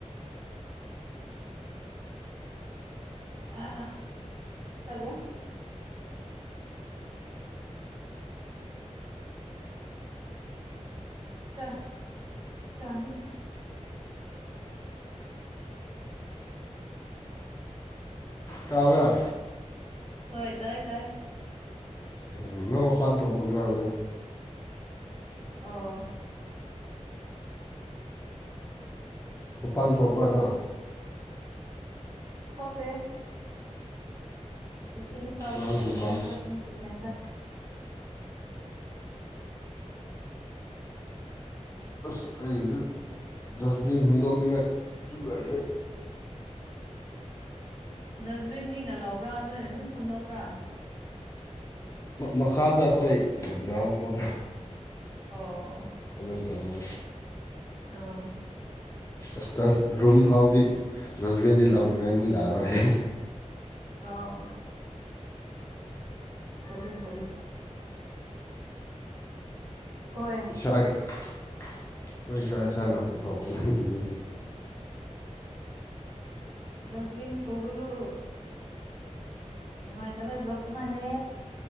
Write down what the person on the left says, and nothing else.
ꯇꯥꯕ
ꯌꯥꯝꯅ ꯃꯄꯥꯟ ꯊꯣꯛꯄꯒꯔ ꯍꯧꯖꯤꯦ
ꯃꯄꯥꯟ ꯊꯣꯛꯄꯅ
ꯅꯪ
ꯗꯨꯀꯥꯟ
ꯑꯩꯁꯨ ꯗꯁꯕꯤꯟ ꯍꯨꯟꯗꯣꯛꯅꯤꯡꯉꯥꯏꯁꯨ ꯂꯩꯌꯦ
ꯃꯈꯥꯗ ꯑꯩꯈꯣꯏ ꯒ꯭ꯔꯥꯎꯟ ꯐ꯭ꯂꯣꯔꯗ
ꯑꯗꯨꯝ ꯊꯧꯃꯅꯤ
ꯑꯁ ꯔꯨꯝ ꯐꯥꯎꯗꯤ ꯗꯁꯕꯤꯟꯗꯤ ꯂꯥꯎꯅꯤꯡꯉꯥꯏ ꯃꯤ ꯂꯥꯛꯑꯔꯣꯏ
ꯏꯁꯥ ꯍꯈꯣꯏ ꯏꯁꯥ ꯏꯁꯥꯅ ꯄꯨꯊꯣꯛꯄꯅꯤ ꯑꯗꯨꯕꯤꯅꯤ